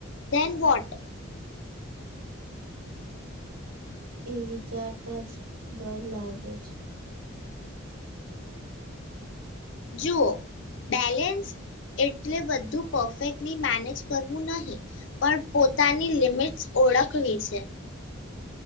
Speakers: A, on the left; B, on the right.
A: Then what?
B: એ વિચારતા જ ડર લાગે છે.
A: જુઓ બેલેન્સ એટલે બધું પરફેક્ટલી મેનેજ કરવું નહીં પણ પો પોતાની લિમિટ્સ ઓળખવી છે.